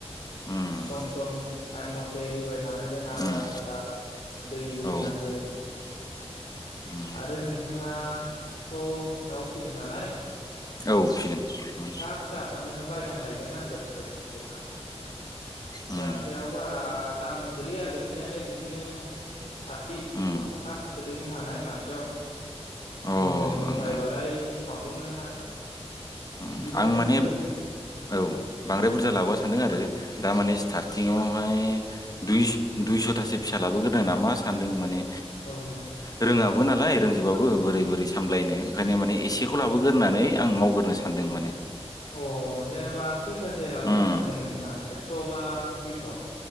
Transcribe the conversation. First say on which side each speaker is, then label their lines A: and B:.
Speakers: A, on the left (about 35°); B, on the left (about 90°).
A: उम
B: सम सम टाइम मथे होबाय थानांगोन आदार
A: उम
B: सादार दैबो होनांगोन
A: औ उम
B: आरो नोंथाङाथ दाउ फिगोन नालाय।
A: औ फिगोन उम
B: फिसा फिसाखौनो बायनानै लायग्रोनांगोन बायदि मोनदों आं फिसा
A: उम
B: फिसायाव बारा दाम गोलैया गोलैनायालाय बिदिनो साथि
A: उम
B: सतथुर थाखा गोलैनो हानाय मासेयाव
A: अ ओं
B: बुरजायैनो बायबालाय
A: ओं
B: डिसकाउन्टबो मोननो हानाय
A: ओम
B: बिदिनो
A: आं माने
B: गो
A: औ बांद्राय बुरजा लाबोया सान- सानदों आरो दा माने स्टार्टिंआवहाय द दुइसथासो फिसा लाबोग्रोनो नामा सानदों माने।
B: औ औ
A: रोङाब्ला। नालाय रोंजोबाबो बोरै-बोरै सामलायनो ओंखायनो माने एसेखौ लाबोगोरोन होनानै आं मावग्रोनो सानो। सान्दों माने।
B: अ जेनेबा खैथासो लाबोगोनो
A: उम
B: सानदों नोंथाङा एक्स बा। दुइस